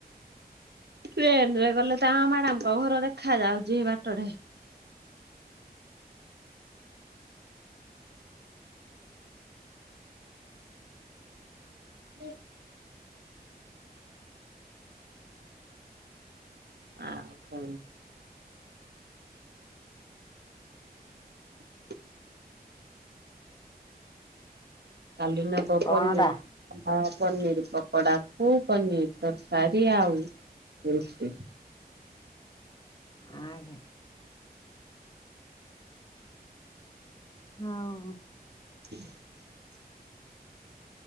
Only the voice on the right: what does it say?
ଟ୍ରେନରେ ଗଲେ ତାଙ୍କ ମ୍ୟାଡାମଙ୍କ ଘର ଦେଖା ଯାଉଚି ବାଟଠେ। ହୁଁ ଆଉ କଣ <inaudible> କାଲି ନବ
ପନିରି ଭା ପନିର ପକୋଡା କୁ ପନିର ତରକାରୀ ଆଉ ରୁଟି।
<inaudible>